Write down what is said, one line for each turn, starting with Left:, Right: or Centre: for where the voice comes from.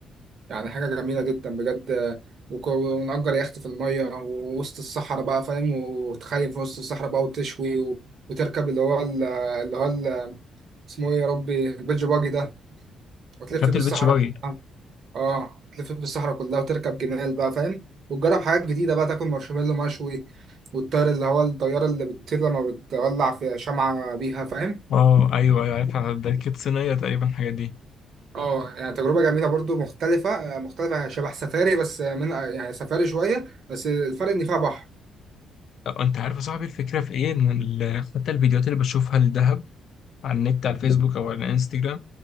Right: يعني حاجة جميلة جدا بجد وك- ونأجر يخت في المية ووسط الصحراء بقى فاهم وتخيم في وسط الصحراء بقى وتشوي و... وتركب اللي هو ال- اللي هو ال- اسمه ايه يا ربي البيتش باجي ده وتلف
Left: شفت
Right: بالصحراء
Left: البيتش باجي
Right: كلها اه تلف بالصحراء كلها وتركب جمال بقى فاهم وتجرب حاجات جديدة بقى تاكل مارشميلو مشوي والطير اللي هو الطيارة اللي بتطير لما بتولع في شمعة بيها فاهم
Left: اه ايوه ايوه عارفها ده كانت صينية تقريبا الحاجات دي
Right: اه يعني تجربة جميلة برضو مختلفة مختلفة شبه سفاري بس من يعني سفاري شوية بس الفرق ان فيها بحر
Left: أه، انت عارف يا صاحبي الفكرة في ايه ان ال- <laughs> حتى الفيديوهات اللي بشوفها للدهب على النت على الفيسبوك او على الانستجرام